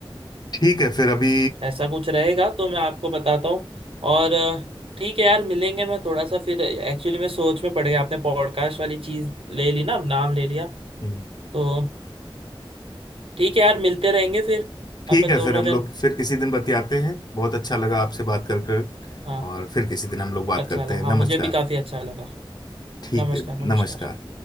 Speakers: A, on the left; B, on the right.
A: ठीक है फिर अभी
B: ऐसा कुछ रहेगा तो मैं आपको बताता हूँ और अ, ठीक है यार मिलेंगे मैं थोड़ा सा फिर एक्चुअली मैं सोच में पड़ गया आपने पॉडकास्ट वाली चीज़ ले ली ना नाम ले लिया
A: हम्म,
B: तो ठीक है यार मिलते रहेंगे फिर
A: ठीक
B: अपन
A: है
B: दोनों
A: फिर हम
B: जन
A: लोग फिर किसी दिन बतियाते हैं बहुत अच्छा लगा आपसे बात कर कर
B: हाँ
A: और फिर किसी दिन हम लोग बात
B: अच्छा
A: करते
B: लगा
A: हैं
B: हाँ
A: नमस्कार
B: मुझे भी काफ़ी अच्छा लगा
A: ठीक
B: नमस्कार
A: है
B: नमस्कार
A: नमस्कार